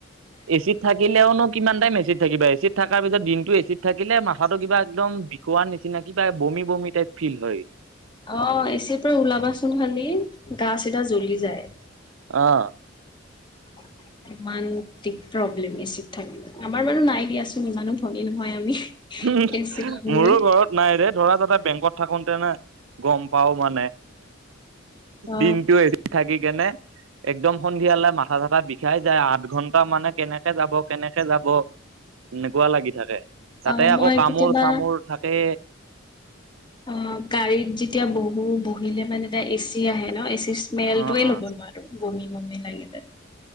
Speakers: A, on the right; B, on the left.
A: এচিত থাকিলেওনো কিমান টাইম এচিত থাকিবা এচিত থাকাৰ পিছত দিনটো এচিত থাকিলে মাথাটো কিবা একদম বিষোৱাৰ নিচিনা কিবা বমি- বমি টাইপ ফিল হয়।
B: অহ, এচিৰ পৰা ওলাবাচোন খালি, গা চিধা জ্বলি যায়।
A: আহ
B: <inaudible> ইমান অতিৰিক্ত প্ৰব্লেম এচিত থাকিলে। আমাৰ বাৰু নাই দিয়াচোন ইমানো ধনী নহয় আমি।
A: মোৰো
B: এচিড আমি যে
A: ঘৰত নাই ৰে ধৰা তাতে বেংকত থাকোতে এনে গম পাও মানে
B: অ
A: দিনটো এচিত থাকি কেনে। একদম সন্ধিয়ালৈ মাথা চাথা বিষাই যায়, আঠ -ঘন্টা মানে কেনেকে যাব -কেনেকে যাব। এনেকুৱা লাগি থাকে। তাতে
B: অহ, মই
A: আকৌ কামোৰ
B: কেতিয়াবা
A: চামোৰ থাকে
B: অহ গাড়ীত এতিয়া বহু বহিলে মানে এচি আহে ন'এচিৰ স্মেল
A: অ
B: টোয়ে
A: অ
B: ল'ব নোৱাৰো। বমি -বমি লাগি যায়।